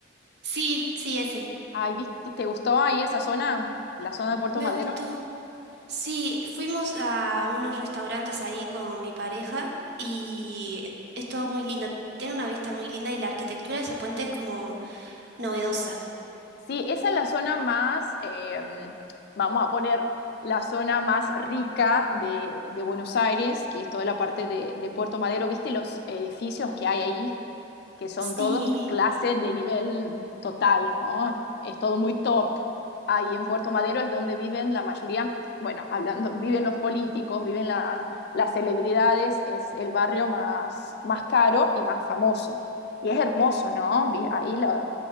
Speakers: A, on the right; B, on the left.
A: Sí, sí, ese.
B: Ay, ¿viste? ¿Te gustó ahí esa zona? La zona de Puerto
A: Me
B: Madero.
A: gustó. Sí, fuimos a unos restaurantes ahí con mi pareja y es todo muy lindo. Tiene una vista muy linda y la arquitectura de ese puente es como novedosa.
B: Sí, esa es la zona más, eh, vamos a poner la zona más rica de, de Buenos Aires, que es toda la parte de, de Puerto Madero. ¿Viste los edificios que hay ahí? que son
A: Sí.
B: todos clases de nivel total, ¿no? Es todo muy top. Ahí en Puerto Madero es donde viven la mayoría, bueno, hablando, viven los políticos, viven la, las celebridades, es el barrio más, más caro y más famoso. Y es hermoso, ¿no? Ahí la...